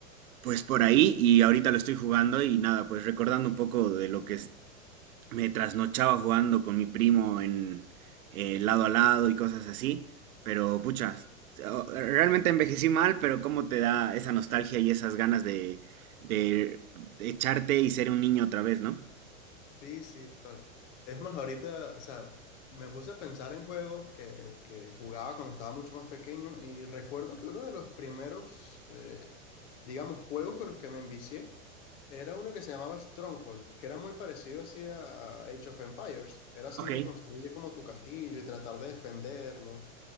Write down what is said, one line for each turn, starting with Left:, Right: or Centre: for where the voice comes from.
Right: pues por ahí y ahorita lo estoy jugando y nada, pues recordando un poco de lo que me trasnochaba jugando con mi primo en eh, lado a lado y cosas así, pero pucha, o- realmente envejecí mal, pero cómo te da esa nostalgia y esas ganas de, de de echarte y ser un niño otra vez, ¿no?
Left: Sí, sí, total. Es más, ahorita, o sea, me puse a pensar en juegos que, que jugaba cuando estaba mucho más pequeño y recuerdo que uno de los primeros, eh, digamos, juegos con los que me envicié era uno que se llamaba Stronghold, que era muy parecido así a Age of Empires. Era así
Right: Ok.
Left: de construir como tu castillo y tratar de defenderlo